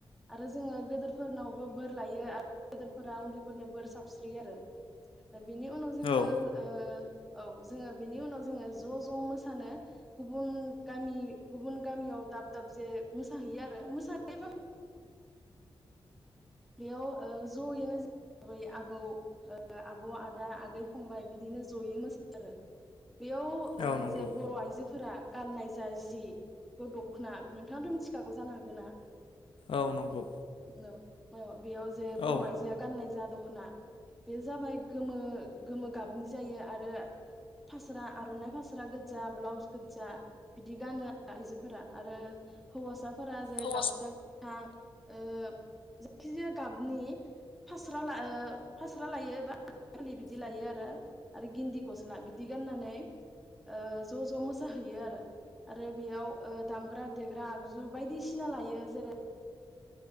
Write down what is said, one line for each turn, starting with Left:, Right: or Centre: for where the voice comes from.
Centre: आरो जोङो गोदोरफोरनावबो बोर लायो। आरो गोदोरफोरा उन्दैफोरनो बोर साबस्रियो आरो। दा बेनि उनाव जोङो
Left: औ
Centre: ओ औ जोङो बेनि उनाव जोङो ज' ज' मोसानो गुबुन गामि गुबुन गामियाव दाब दाब जे मोसाहैयो आरो मोसानायबा बेयाव ओ जयैनो जों आबै-आबौ ओ आब' आदा आगै फंबाय बिदिनो जयै मोसायो आरो। बेयाव ओ
Left: औ नंगौ
Centre: जे बर' आइजोफोरा गाननाय जा जा जिखौ दख'ना नोंथाङथ' मिथिखागौ जानो हागौ‌ना?
Left: औ नंगौ।
Centre: औ औ बेयाव जे बर'
Left: औ
Centre: आइजोआ गाननाय जा दख खना बेयो जाबाय गोमो गोमो गाबनि जायो आरो फास्रा आर'नाय फास्रा गोदजा ब्लाउस गोदजा बिदि गानो आइजोफोरा आरो हौवासा फोरा‌ जे
Left: औ
Centre: गामसा गोथां ओ जिखिजाया गाबनि फास्रा ला फास्रा लायो बा फालि बिदि लायो आरो आरो गिन्दि गस्ला बिदि गाननानै ओ ज' ज' मोसाहैयो आरो आरो बेयाव ओ दामग्रा देग्रा आगजु बायदिसिना लायो जेरै